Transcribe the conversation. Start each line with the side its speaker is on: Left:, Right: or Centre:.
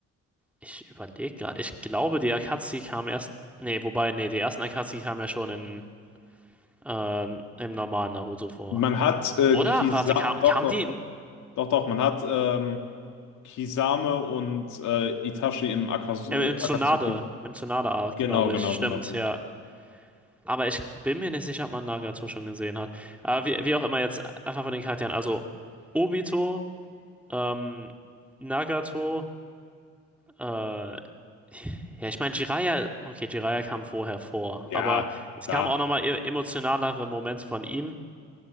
Centre: ich überlege gerade. Ich glaube, die Akatsuki kam erst. Nee, wobei, nee, die ersten Akatsuki kamen ja schon in, äh, im normalen Naruto vor.
Left: Man hat äh,
Centre: Oder?
Left: Kisa
Centre: Warte, kam,
Left: doch,
Centre: kam
Left: doch,
Centre: die im,
Left: doch, doch, man hat ähm, Kisame und äh, Itachi im Akaz
Centre: im,
Left: äh,
Centre: im Tsunade?
Left: Akatsuki.
Centre: Im Tsunade-Arc,
Left: Genau,
Centre: glaube
Left: genau,
Centre: ich. Stimmt,
Left: genau, genau.
Centre: ja. Aber ich bin mir nicht sicher, ob man Nagato schon gesehen hat. Aber wie, wie auch immer, jetzt einfach von den Charakteren. Also, Obito Ähm, Nagato, äh, ja, ich meine, Jiraiya, okay, Jiraiya kam vorher vor,
Left: Ja,
Centre: aber es
Left: klar.
Centre: kamen auch nochmal e- emotionalere Momente von ihm.